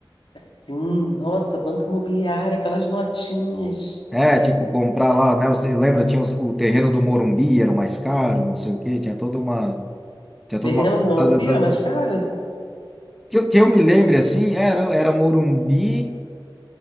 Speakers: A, on the left; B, in the centre.
A: Sim, nossa, Banco Imobiliário, aquelas notinhas.
B: É, tipo, comprar lá, né? Você lembra, tinha os- o terreno do Morumbi, era o mais caro, não sei o quê, tinha toda uma. Tinha
A: Terreno
B: toda uma coisa.
A: do Morumbi
B: da- da- da-
A: era
B: do-
A: mais cara?
B: Que, eu- que eu me lembre, assim, era, era Morumbi.